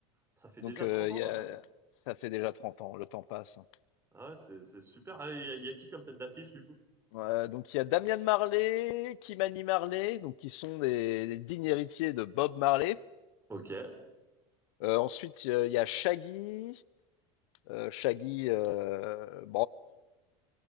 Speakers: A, on the right; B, on the left.
A: Ça fait
B: Donc,
A: déjà
B: euh,
A: trente
B: il
A: ans,
B: y
A: la
B: a...
A: vache.
B: ça fait déjà 30 ans, le temps passe. hein.
A: Ah ouais, c'est c'est super. Ah, il y a, il y a qui comme tête d'affiche du coup?
B: Euh, donc il y a Damian Marley, Kimani Marley, donc qui sont des, des dignes héritiers de Bob Marley.
A: Ok.
B: Euh, ensuite euh, il y a Shaggy, euh, Shaggy, euh,